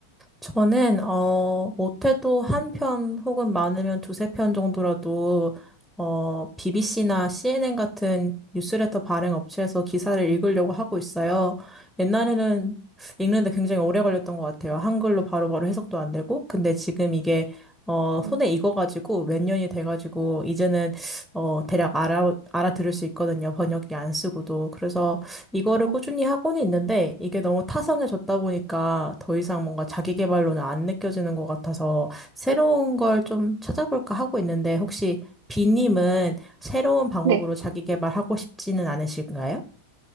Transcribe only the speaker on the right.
음,
어,
네.